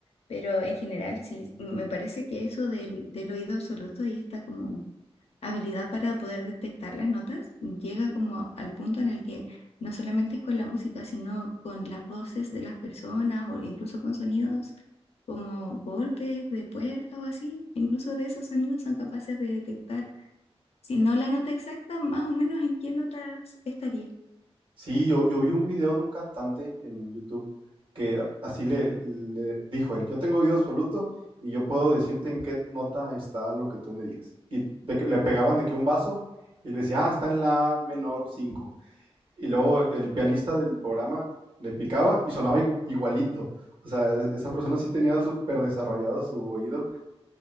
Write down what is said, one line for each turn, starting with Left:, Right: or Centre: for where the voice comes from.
Left: Pero en general, sí, me parece que eso del, del oído absoluto y esta como habilidad para poder detectar las notas llega como al punto en el que no solamente es con la música, sino con las voces de las personas o incluso con sonidos como golpes de puerta o así, incluso de esos sonidos son capaces de detectar, si no la nota exacta, más o menos en qué notas estaría.
Right: Sí, yo, yo vi un video de un cantante en YouTube que así le, le dijo él, yo tengo oído absoluto y yo puedo decirte en qué nota está lo que tú me digas. Y de que le pegaban de que un vaso y le decía, ah, está en la menor cinco". Y luego el pianista del programa le picaba y sonaba igu- igualito. O sea, es- esa persona sí tenía súper desarrollado su oído.